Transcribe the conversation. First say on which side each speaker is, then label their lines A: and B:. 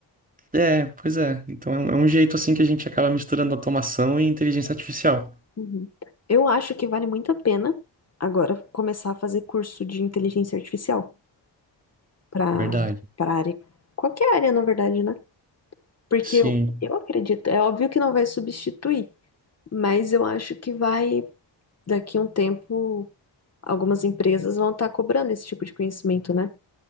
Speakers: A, on the right (about 20°); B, on the left (about 35°).
A: É, pois é. Então é um, é um jeito assim que a gente acaba misturando automação e inteligência artificial.
B: Uhum. Eu acho que vale muito a pena agora começar a fazer curso de inteligência artificial para
A: Verdade.
B: para área. Qualquer área, na verdade, né? Porque
A: Sim,
B: eu, eu acredito, é óbvio que não vai substituir, mas eu acho que vai, daqui a um tempo. algumas empresas vão estar cobrando esse tipo de conhecimento, né?